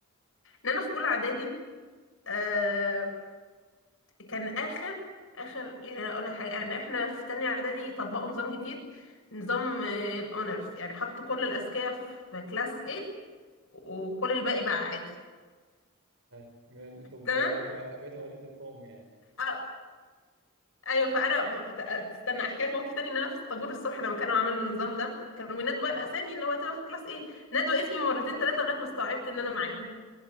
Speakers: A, on the left; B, on the right.
A: ان انا في اولى اعدادي آه، كان اخر اخر يعني أنا اقول لك حاجه يعني احنا في تانية اعدادي طبقوا نظام جديد نظام آه، الاونرز يعني حطوا كل الاذكياء في كلاس A وكل الباقي بقى عادي
B: هاي من- انتوا
A: تمام
B: بي- بيتوا بيتوا عائله القوم يعني
A: آه، ايوه فانا م- ت- تستنى احكي لك موقف تاني ان انا في الطابور الصبح لما كانوا عملوا النظام ده كانوا بينادوا بقى الاسامي اللي هو هتبقى في كلاس A نادوا اسمي مرتين ثلاثه لغايه ما استوعبت ان انا معاهم